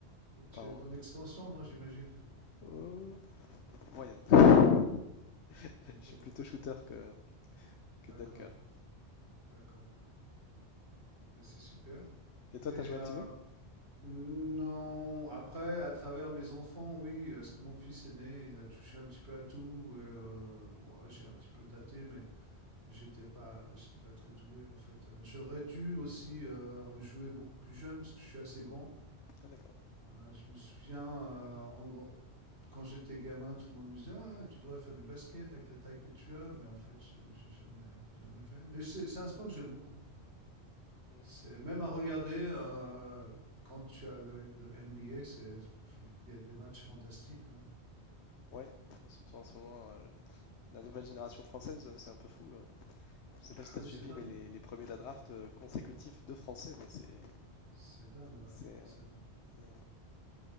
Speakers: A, on the right; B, on the left.
A: Tu
B: pas
A: as une bonne
B: en
A: extension, non, j'imagine.
B: oh, moyen. <laughs>
A: Ok.
B: Je suis plutôt shooter que, que
A: D'accord,
B: dunker.
A: d'accord. Mais c'est super.
B: Et toi,
A: Et
B: t'as joué
A: euh,
B: un petit peu?
A: non, après, à travers mes enfants, oui, parce que mon fils aîné, il a touché un petit peu à tout. et, euh, ouais, j'ai un petit peu tâté, mais j'étais pas j'étais pas très doué en fait. J'aurais dû aussi euh, jouer beaucoup plus jeune parce que je suis assez grand.
B: Ah, d'accord.
A: Euh, je me souviens euh, en gros, quand j'étais gamin, tout le monde me disait ah tu devrais faire du basket avec la taille que tu as, mais en fait j'ai j'ai jamais jamais fait. Mais c'est c'est un sport que j'aime beaucoup.
B: Mm.
A: C'est même à regarder euh, quand tu as le, le NBA, c'est il y a des matchs fantastiques. hein.
B: Ouais, surtout en ce moment, euh, le- la nouvelle génération française, euh, c'est un peu fou. euh. Je sais pas
A: Ah
B: si t'as
A: oui,
B: suivi,
A: c'est dingue.
B: mais les, les premiers de la draft euh, consécutifs de Français, mais c'est,
A: C'est dingue, ouais.
B: c'est, euh,
A: C'est dingue.
B: il y a un-